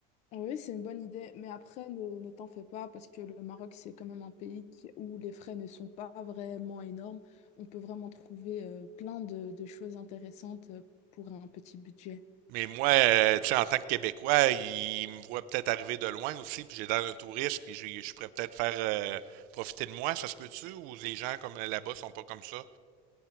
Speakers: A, on the left (about 40°); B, on the right (about 55°).
A: oui, c'est une bonne idée, mais après, ne, ne t'en fais pas, parce que le Maroc, c'est quand même un pays qui- où les frais ne sont pas vraiment énormes. On peut vraiment trouver euh, plein de, de choses intéressantes euh, pour un petit budget.
B: Mais moi, euh, tu sais, en tant que Québécois, ils me voient peut-être arriver de loin aussi, puis j'ai l'air d'un touriste, puis je, je pourrais peut-être faire euh, profiter de moi, ça se peut-tu, ou les gens comme là-bas sont pas comme ça?